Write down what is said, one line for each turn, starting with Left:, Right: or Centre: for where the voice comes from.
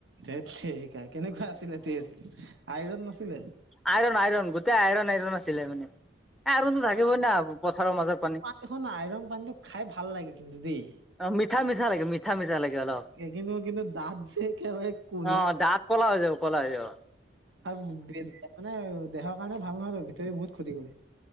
Right: ধেত তেৰিকা কেনেকুৱা আছিলে টেষ্ট, আইৰন নাছিলে?
Centre: আইৰন-আইৰণ গোটেই আইৰন-আইৰণ আছিলে মানে। আইৰণতো থাকিবই না পথাৰৰ মাজত।
Right: পানীখন আইৰণ পানীটো খাই ভাল লাগে কিন্তু দেই।
Centre: অ, মিঠা-মিঠা লাগে মিঠা-মিঠা লাগে অলপ।
Right: এ কিন্তু-কিন্তু দাঁত যে একেবাৰে কোলা।
Centre: অ দাঁত ক'লা হৈ যাব ক'লা হৈ যাব
Right: আৰু মানে দেহৰ কাৰণে ভাল নহয় বাৰু ভিতৰি বহুত ক্ষতি কৰে।